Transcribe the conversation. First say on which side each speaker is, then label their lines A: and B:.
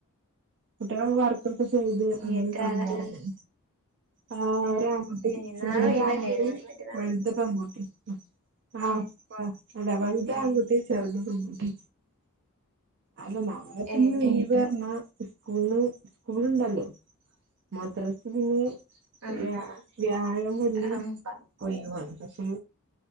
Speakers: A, on the right (about 55°); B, on the right (about 75°).
A: കുട്ടികള വർക്കൊക്കെ ചെയ്ത് അങ്ങനെ
B: എത്ര
A: പറഞ്ഞ
B: ആളാ
A: ആ ഒ
B: ഏ
A: ആൺകുട്ടി
B: ഏ
A: ചെറിയ
B: നാളെ ഒഴിവല്ലേ
A: ആൺകുട്ടി
B: നാളീം മറ്റന്നാളൊക്കെ
A: വലുത് പൺകുട്ടി ആഹ്
B: ഏ
A: വലുത്
B: ഏ
A: ആൺകുട്ടി ചെറുത് പെൺകുട്ടി അത് നാളെ
B: ഏ
A: പറഞ്ഞാ സ്കൂള സ്കൂൾണ്ടല്ലോ മദ്രാസ് പിന്നെ
B: ആ
A: വ്യാ വ്യായാം വെള്ളി
B: ആ പ
A: ഒയിവാണ് പക്ഷെ